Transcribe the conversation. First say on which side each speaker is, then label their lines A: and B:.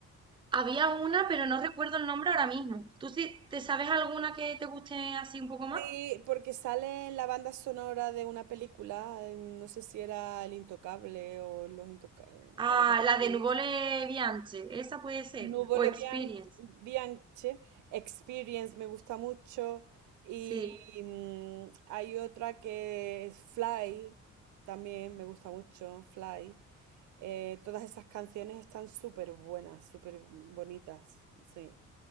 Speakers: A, on the right; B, on the right.
A: Había una, pero no recuerdo el nombre ahora mismo. ¿Tú sí te sabes alguna que te guste así un poco más?
B: Sí, porque sale en la banda sonora de una película, eh, no sé si era El Intocable o Los Intocables
A: Ah,
B: o algo
A: la de
B: así.
A: Nuvole Bianche, esa puede ser.
B: Nuvole
A: O Experience,
B: Bian- Bianche, Experience me gusta mucho y
A: sí.
B: mm, hay otra que es Fly, también me gusta mucho, Fly. Eh, todas esas canciones están súper buenas, súper bonitas, sí.